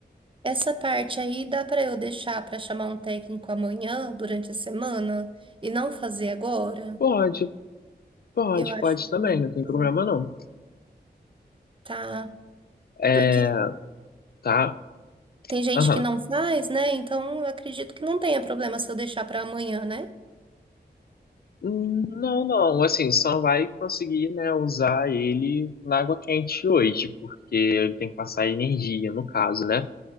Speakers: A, on the right; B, on the left.
A: Essa parte aí dá para eu deixar para chamar um técnico amanhã, durante a semana, e não fazer agora?
B: Pode, pode,
A: Eu acho
B: pode
A: que
B: também,
A: eu vou
B: não tem
A: fazer.
B: problema não.
A: tá.
B: É,
A: Porque
B: tá?
A: tem gente
B: Aham.
A: que não faz, né? Então eu acredito que não tenha problema se eu deixar para amanhã, né?
B: Hum, Não, não, assim, só vai conseguir, né, usar ele na água quente hoje, porque ele tem que passar energia, no caso, né?